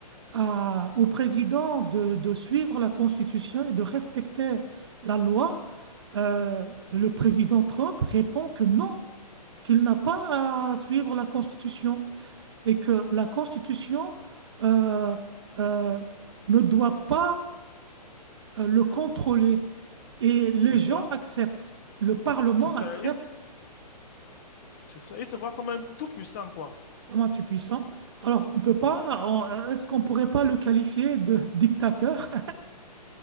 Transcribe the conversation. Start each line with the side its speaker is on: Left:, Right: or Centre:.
Right: à- au président de, de suivre la Constitution et de respecter la loi, euh, le président Trump répond que non, qu'il n'a pas à suivre la Constitution et que la Constitution euh, euh, ne doit pas euh, le contrôler. Et les
Left: C'est ça.
Right: gens acceptent, le Parlement
Left: C'est ça.
Right: accepte
Left: Il, s- c'est ça. Il se voit comme un tout puissant, quoi.
Right: Comment tu puissant. Alors, on peut pas,
Left: Oui.
Right: on- est-ce qu'on pourrait pas le qualifier de dictateur?